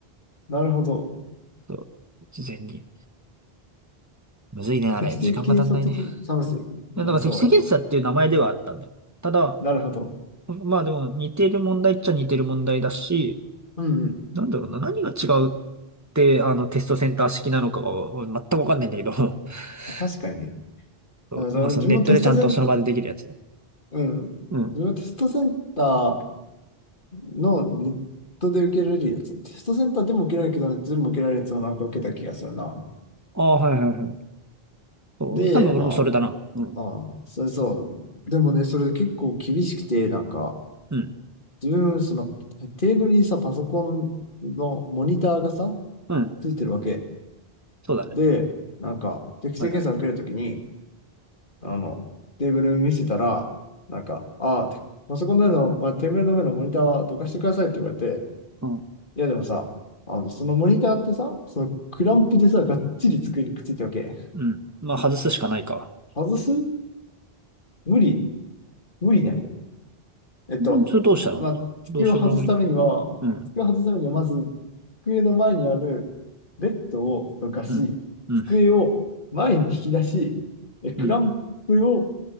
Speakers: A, on the left (about 55°); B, on the right (about 15°).
A: なるほど。
B: そう。事前に。むずいね、あれ。
A: 適正検査的な寒さ、
B: 時間が足んないね。
A: サムスンうん、
B: やだから適正検査っていう名前ではあったんだよ。
A: そう、
B: ただ、
A: なるほど。
B: まあでも似てる問題っちゃ似てる問題だし、
A: うん、うん。
B: なんだろうな、何が違うって、あの、テストセンター式なのかがお全くわかんないんだけど、<laughs>
A: 確かに。
B: そうまあそのネットでちゃんとその場でできるやつ。
A: あじゃあ俺自分もテストセンター、うん。自分もテストセンター、
B: うん。
A: のネットで受けられるやつ。テストセンターでも受けられるけど、ネットでも受けられるやつをなんか受けた気がするな。
B: ああ、はいはいはい。そう、
A: で、
B: 多分俺もそれだな。
A: ま
B: うん。
A: あ、ああ、それそう。でもね、それ結構厳しくて、なんか、
B: うん。
A: 自分、その、テーブルにさ、パソコンのモニターがさ、
B: うん。
A: ついてるわけ。
B: そうだね。
A: で、なんか、適性検査受けるときに、
B: はいはい。
A: あの、テーブル見せたら、なんか、ああ、てパソコンの上の、まあ、テーブルの上のモニターはどかしてくださいって言われて、
B: うん。
A: いやでもさ、あの、そのモニターってさ、そのクランプでさ、がっちり机にくっついてるわけ。
B: うん。まあ外すしかないか。
A: 外す無理、無理ないよ。えっと、
B: うん、それどうしたのどうしようもなくね。
A: まあ、机を外すためには、
B: うん。
A: 机を外すためには、まず、机の前にあるベッドをどかし、
B: うん。うん。
A: 机を前に引き出し、え、クランプを、
B: うん。